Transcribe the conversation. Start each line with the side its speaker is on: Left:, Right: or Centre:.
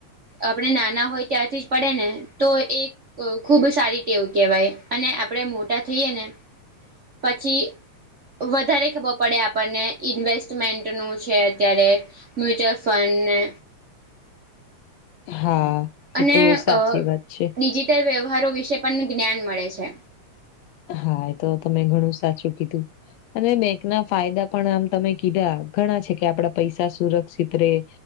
Right: આપડે નાના હોય ત્યારથી જ પડે ને તો એક તો ખુબ સારી ટેવ કહેવાય અને આપડે મોટા થઈએ ને પછી વધારે ખબર પડે આપણને ઇન્વેસ્ટમેન્ટનું છે અત્યારે મ્યુચ્યઅલ ફંડને
Left: હા.
Right: અને
Left: એ તો સાચી
Right: અ
Left: વાત છે.
Right: ડિજિટલ વ્યવહારો વિશે પણ જ્ઞાન મળે છે.
Left: હા એ તો તમે ઘણું સાચું કીધું. અને બેંક ના ફાયદા પણ આમ તમે કીધા ઘણા છે કે આપડા પૈસા સુરક્ષિત રેય.